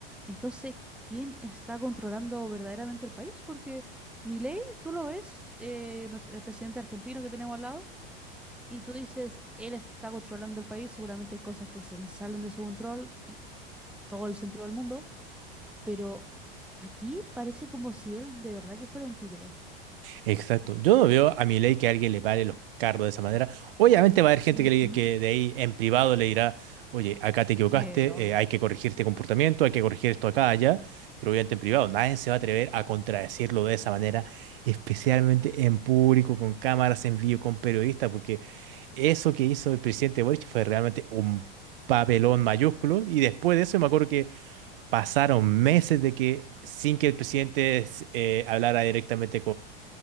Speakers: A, in the centre; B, on the right.
A: entonces, ¿quién está controlando verdaderamente el país? Porque Milei, tú lo ves, eh, nuestro- el presidente argentino que tenemos al lado, y tú dices, él está controlando el país, seguramente hay cosas que se le salen de su control, todo el sentido del mundo, pero aquí parece como si él de verdad que fuera un títere.
B: Exacto. Yo no veo a Milei que alguien le pare los carros de esa manera. Obviamente va a haber gente
A: Ujú.
B: que, le- que de ahí en privado le dirá, oye, acá te equivocaste,
A: Sí, obvio.
B: eh, hay que corregir este comportamiento, hay que corregir esto acá, allá, pero obviamente en privado. Nadie se va a atrever a contradecirlo de esa manera, especialmente en público, con cámaras en vivo, con periodistas, porque eso que hizo el presidente Boric fue realmente un papelón mayúsculo. Y después de eso me acuerdo que pasaron meses de que sin que el presidente eh, hablara directamente